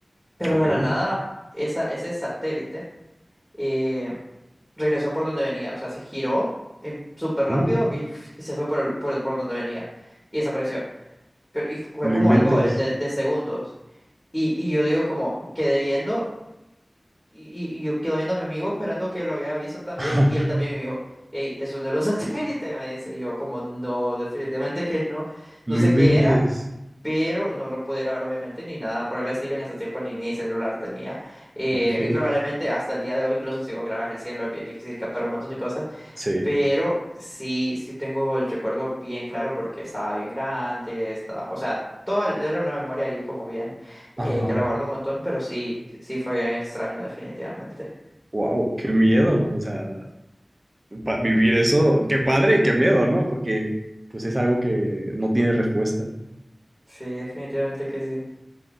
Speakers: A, in the centre; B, on the right.
A: Pero
B: ok.
A: de la nada, esa, ese satélite eh, regresó por donde venía, o sea, se giró en- súper rápido
B: Oh,
A: y, f- y se fue por, el- por, el- por donde venía y desapareció. Pero y fue
B: no
A: como
B: inventes.
A: algo de, de- de segundos. Y, y yo digo como, quedé viendo y, y- y yo quedo viendo a mi amigo esperando que lo haya visto también
B: <laughs>
A: y él también y me dijo, hey, eso no era un <laughs> satélite, me dice. Y yo como, no, definitivamente que no, no
B: No
A: sé
B: inventes.
A: qué era pero no lo pude grabar obviamente ni nada por el estilo, en ese tiempo ni, ni celular tenía eh,
B: Ok,
A: y probablemente hasta el día de hoy incluso si vos grabas el cielo es bien difícil captar un montón de cosas,
B: sí.
A: pero sí, sí tengo el recuerdo bien claro porque estaba bien grande, estaba, o sea, toda era una memoria ahí como bien eh,
B: Ajá.
A: que la guardo un montón, pero sí, sí fue bien extraño definitivamente.
B: Wow, qué miedo. O sea, pa- vivir eso, qué padre y qué miedo, ¿no? Porque pues es algo que no tiene respuesta.
A: Sí, definitivamente que sí.